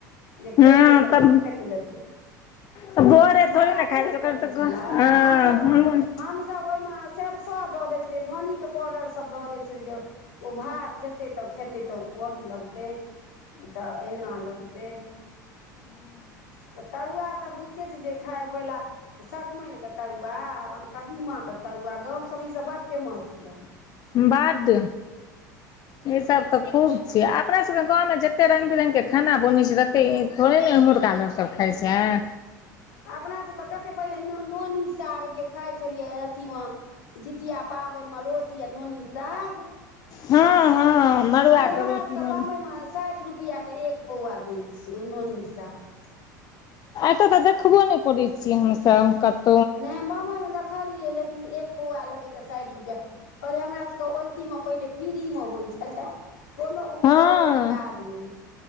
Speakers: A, on the left; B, on the left.
A: जे
B: हँ
A: खेतै त
B: तब
A: फेक देतै
B: तऽ बोरे थोड़े
A: मजाक
B: ने खाइ
A: नै
B: छै ओकर
A: करै
B: तऽ
A: छलाय
B: हँ
A: हमस
B: हूँ
A: हमस ओयमास सरसो द दै छलियै धनी के पाउडर स सब धऽ दै छलियै जे ओ भार जेतै तऽ खेतै तऽ ओ करू लगतै तऽ एना लगते तऽ तरुआ तऽ बुझिते छीयै जे खाय पहिला सजमनिके तरुआ कदीमाके तरुआ गामसबमे ईसब बड्ड फेमस य
B: बाद ई सब तऽ खूब छैयै अपना सबके गाँव जते रंग बिरंग के खाना बनै छै तते थोड़े ने इहुरका लोकसभ खाय छाय
A: अपना सबके कतेक पहिले नानोनी साग जे खाइ छलियै अथीमे जितिया पाबनिमे रोटी आ नोनी साग
B: हँ
A: से
B: हँ मड़ुआके
A: हमरा
B: रोटीमे
A: सभके बम्बइमे साठि रुपयाके एक पौआ दै छियै ओनोनि साग
B: आ एतय तऽ देखबो नय करै छियै हमसभ कत
A: नय हम बम्बइमे देखलियै लेकिन एक पौआ लेबै तऽ साठि रुपैआ कहलियै हमरासबके ओलतीमे पहिले फ्रीमे होइत छलए कोनो उपजबैके
B: हँ
A: काज नय